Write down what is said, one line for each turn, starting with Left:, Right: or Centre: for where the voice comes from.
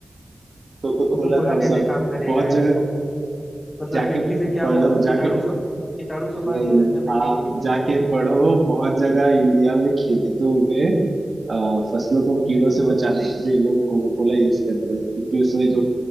Right: कोको
Left: कोको
Right: कोला
Left: कोला
Right: थम्स
Left: कैसे
Right: अप
Left: काम करेगा
Right: बहुत
Left: यार
Right: जगह
Left: कोको कोला मतलब
Right: जाके
Left: मिट्टी से क्या
Right: पढ़ो
Left: वो कीटाणु
Right: जाके
Left: सब कीटाणु सब
Right: नहीं
Left: मार देगा
Right: नहीं
Left: क्या मिट्टी
Right: हाँ
Left: में गिरने
Right: जाके
Left: के बाद
Right: पढ़ो बहुत जगह इंडिया में खेतों में अ, फसलों को कीड़ों से बचाने के लिए लोग कोको कोला यूज करते हैं क्योंकि उसमें जो